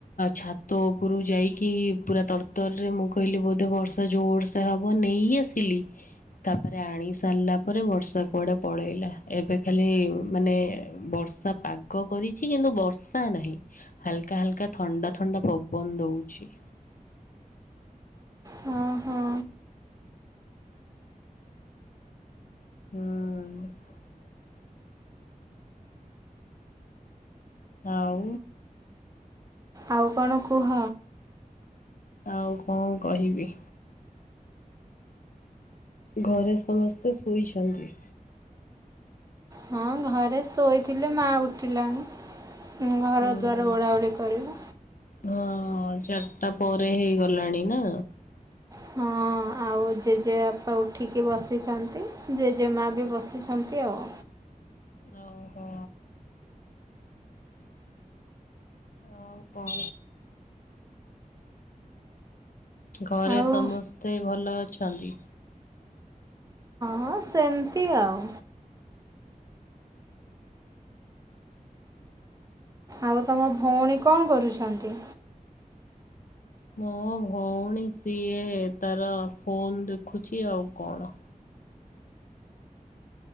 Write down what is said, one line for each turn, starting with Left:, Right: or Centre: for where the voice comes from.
Left: ଛାତ ଉପରୁ ଯାଇକି ପୁରା ତର୍ ତର୍ ରରେ ମୁଁ କହିଲି ବୋଧେ ବର୍ଷା ଜୋର୍ ସେ ହବ ନେଇ ଆସିଲି ତାପରେ ଆଣି ସାରିଲା ପରେ ବର୍ଷା କୁଆଡେ ପଳେଇଲା ଏବେ ଖାଲି ମାନେ ବର୍ଷ ବର୍ଷା ପାଗ କରି କିନ୍ତୁ ବର୍ଷା ନାହିଁ ହାଲକା ହାଲକା ଥଣ୍ଡା ଥଣ୍ଡା ପବନ ଦଉଛି।
Right: ହଁ ହଁ
Left: ହୁଁ। ଆଉ।
Right: ଆଉ କଣ କୁହ?
Left: ଆଉ କଣ କହିବି? ଘରେ ସମସ୍ତେ ଶୋଇଛନ୍ତି।
Right: ହଁ ଘରେ ଶୋଇଥିଲେ, ମା ଉଠିଲାଣି। ଘର
Left: ହୁଁ-
Right: ଦ୍ୱାର ଓଳାଓଳି କରିବୁ
Left: ହଁ। ହଁ ଚାରିଟା ପରେ ହେଇଗଲାଣି ନା।
Right: ହଁ। ଆଉ ଜେଜେ ବାପା ଉଠିକି ବସିଛନ୍ତି, ଜେଜେମା ବି ବସିଛନ୍ତି ଆଉ।
Left: ଓ ହୋ। ଆଉ କଣ? ଘରେ
Right: ଆଉ
Left: ସମସ୍ତେ ଭଲ ଅଛନ୍ତି?
Right: ହଁ ସେମିତି ଆଉ। ଆଉ ତମ ଭଉଣୀ କଣ କରୁଛନ୍ତି?
Left: ମୋ ଭଉଣୀ ସଏ ତାର ଫୋନ୍ ଦେଖୁଛି। ଆଉ କଣ?